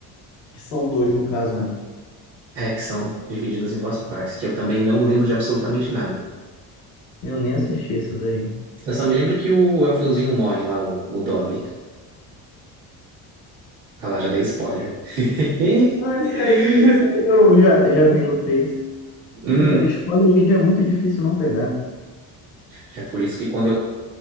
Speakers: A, on the left (about 85°); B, on the right (about 80°).
A: Que são dois no caso, né?
B: É, que são divididos em duas partes, que eu também não lembro de absolutamente nada.
A: Eu nem assisti esses aí.
B: Eu só me lembro que o elfiozinho morre lá, o, o Dobby. Ah lá, já dei spoiler. <laughs>
A: Não, esse aí, esse aí eu já, já vi no Face.
B: Hum,
A: É, spoiler hoje em dia é muito difícil não pegar.
B: é por isso que quando eu